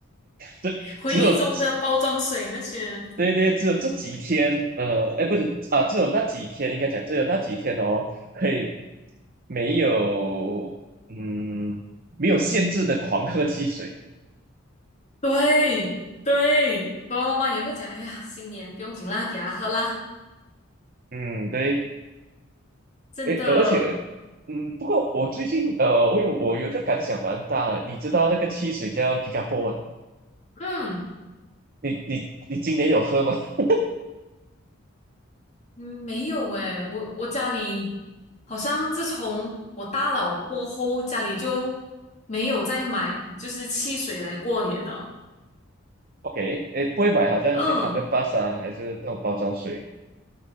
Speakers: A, on the right; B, on the left.
A: 只只有
B: 回忆中的包装水那些，
A: 对对，只有这几天，呃，哎，不是啊，只有那几天，应该讲只有那几天哦，可以没有，嗯，没有限制的狂喝汽水，
B: 对对，爸爸妈妈也会讲，哎呀，新年不用紧啦，给他喝啦，
A: 嗯，对，
B: 真的，
A: 哎，而且嗯，不过我最近呃，我有我有一个感想蛮大的，你知道那个汽水叫 Gigapo 吗？
B: 嗯
A: 你你你今年有喝吗 <laughs>
B: 嗯，没有诶，我我家里好像自从我大了过后，家里就没有再买就是汽水来过年了，
A: ？OK，诶，不会买，好像是
B: 嗯，
A: Hundred p s 啊，还是这种包装水。